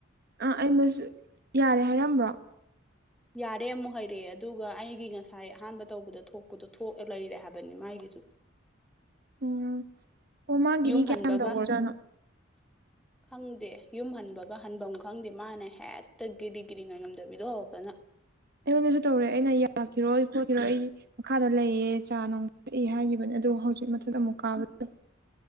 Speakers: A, on the right; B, in the centre.
A: ꯑꯥ ꯑꯩꯅꯁꯨ ꯌꯥꯔꯦ ꯍꯥꯏꯔꯛꯑꯝꯕ꯭ꯔꯣ
B: ꯌꯥꯔꯦ ꯑꯃꯨꯛ ꯍꯩꯔꯛꯑꯦ ꯑꯗꯨꯒ ꯑꯩꯒꯤ ꯉꯁꯥꯏ ꯑꯍꯥꯟꯕ ꯇꯧꯕꯗ ꯊꯣꯛꯄꯗꯣ ꯊꯣꯛꯑ ꯂꯩꯔꯦ ꯍꯥꯏꯕꯅꯤ ꯃꯥꯥꯒꯤꯁꯨ
A: ꯎꯝ ꯑꯣ ꯃꯥꯒꯤ
B: ꯌꯨꯝ
A: ꯃꯤ ꯀꯌꯥꯝ
B: ꯍꯟꯕꯒ
A: ꯇꯧꯈ꯭ꯔꯖꯥꯠꯅꯣ
B: ꯈꯪꯗꯦ ꯌꯨꯝ ꯍꯟꯕꯒ ꯍꯟꯕꯝ ꯈꯪꯗꯦ ꯃꯥꯅ ꯍꯦꯛꯇ ꯒꯤꯔꯤ ꯒꯤꯔꯤ ꯉꯥꯏꯉꯝꯗꯕꯤꯗꯣ ꯍꯧꯔꯛꯇꯅ
A: ꯑꯩꯉꯣꯟꯗꯁꯨ ꯇꯧꯔꯦ ꯑꯩꯅ ꯌꯥꯒꯤꯔꯣꯏ ꯈꯣꯠꯈꯤꯔꯣ ꯑꯩ ꯃꯈꯥꯗ ꯂꯩꯌꯦ ꯆꯥ ꯅꯨꯡ ꯊꯛꯏ ꯍꯥꯏꯒꯤꯕꯅꯦ ꯑꯗꯨ ꯍꯧꯖꯤꯛ ꯃꯊꯛꯇ ꯑꯃꯨꯛ ꯀꯥꯕꯗꯨꯗ